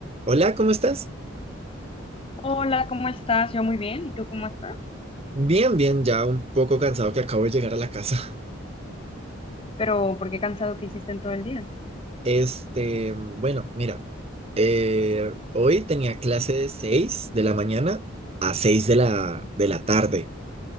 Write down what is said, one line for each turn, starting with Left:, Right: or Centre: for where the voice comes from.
Right: Hola, ¿cómo estás?
Left: Hola, ¿cómo estás? Yo muy bien, ¿y tú cómo estás?
Right: Bien, bien, ya un poco cansado que acabo de llegar a la casa. <laughs>
Left: Pero, ¿por qué cansado que hiciste en todo el día?
Right: Este, bueno, mira, eh, hoy tenía clase de 6 de la mañana a 6 de la, de la tarde.